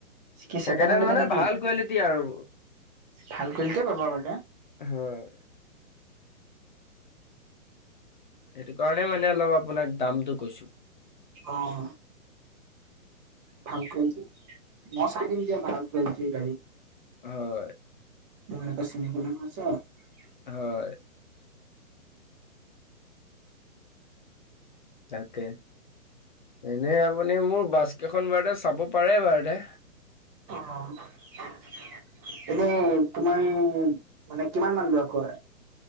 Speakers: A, on the right (about 15°); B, on the left (about 35°).
A: কি
B: ছেকেণ্ড হেণ্ড
A: ল'বা
B: মানে
A: নেকি
B: ভাল কোৱালিটি আৰু।
A: ভাল কোৱালিটিয়ে পাবা।
B: হয় সেইটো কাৰণে মানে অলপ আপোনাক দামটো কৈছো।
A: অহ। ভাল কোৱালিটি মই চাই দিম দিয়া ভাল কোৱালিটিৰ গাড়ী।
B: হয়।
A: <inaudible>
B: হয়। তাকে। এনে আপুনি মোৰ বাছ কেইখন বাৰতে চাব পাৰে বাৰতে
A: <unintelligible> এনে তোমাৰ মানে কিমান মান লোৱা আকৌ।